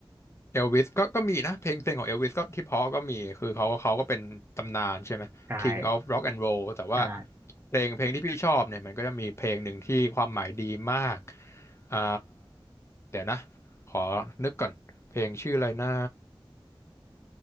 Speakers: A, on the left (about 30°); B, on the right (about 25°).
A: เอลวิสก็ก็มีนะเพลงเพลงของเอลวิสก็ที่เพอก็มีคือเขาเขาก็เป็นตำนานใช่ไหม
B: ใช่
A: King of Rock and Roll แต่ว่า
B: ใช่
A: เพลงเพลงที่พี่ชอบเนี่ยมันก็จะมีเพลงหนึ่งที่ความหมายดีมากอ่าเดี๋ยวนะขอนึกก่อนเพลงชื่ออะไรนะ